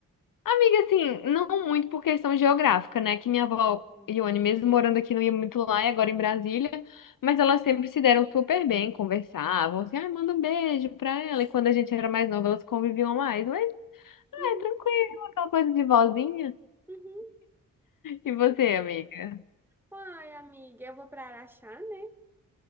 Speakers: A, on the left; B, in the centre.
A: Amiga, assim, não muito por questão geográfica, né? Que minha avó,
B: Hum.
A: Ione, mesmo morando aqui, não ia muito lá e agora em Brasília, mas elas sempre se deram super bem, conversavam, assim, ai, manda um beijo pra ela. E quando a gente era mais nova, elas conviviam mais, mas, ai,
B: Uhum,
A: tranquilo, aquela coisa de vozinha.
B: uhum. E
A: E
B: quem?
A: você, amiga?
B: Ai, amiga, eu vou pra Araxá, né?